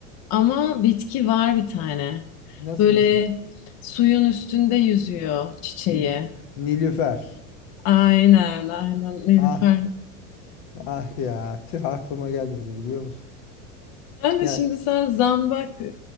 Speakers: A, on the left (about 40°); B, on the left (about 60°).
A: ama bitki var bir tane.
B: Nasıl
A: Böyle
B: bir şey?
A: suyun üstünde yüzüyor çiçeği.
B: N- Nilüfer.
A: Aynen, aynen Nilüfer.
B: Ah ah ya tüh aklıma gelmedi biliyor musun?
A: Ben
B: Ya
A: de şimdi sen zambak e,